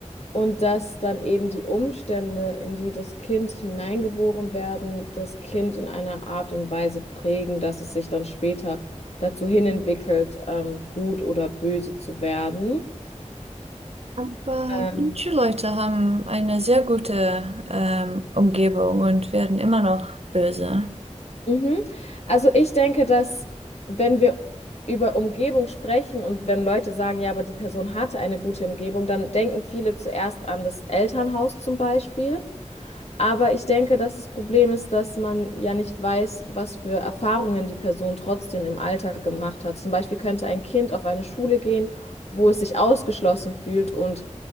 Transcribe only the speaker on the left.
Und dass dann eben die Umstände, in die das Kind hineingeboren werden, das Kind in einer Art und Weise prägen, dass es sich dann später dazu hinentwickelt, ähm, gut oder böse zu werden.
Ähm,
Mhm. Also ich denke, dass wenn wir über Umgebung sprechen und wenn Leute sagen, ja, aber die Person hatte eine gute Umgebung, dann denken viele zuerst an das Elternhaus zum Beispiel. Aber ich denke, dass das Problem ist, dass man ja nicht weiß, was für Erfahrungen die Person trotzdem im Alltag gemacht hat. Zum Beispiel könnte ein Kind auf eine Schule gehen, wo es sich ausgeschlossen fühlt und